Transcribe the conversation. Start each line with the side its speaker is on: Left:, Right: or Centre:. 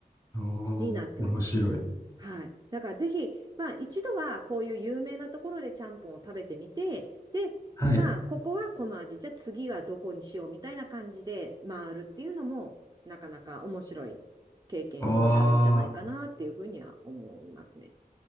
Left: おー面白い。
Right: になっております。はい。だからぜひ、まあ一度はこういう有名なところでちゃんぽんを食べてみて、で、
Left: はい。
Right: まあここはこの味、じゃあ次はどこにしようみたいな感じで回るっていうのも、なかなか面白い経験になるんじゃないかなっていうふうには思いますね。
Left: あ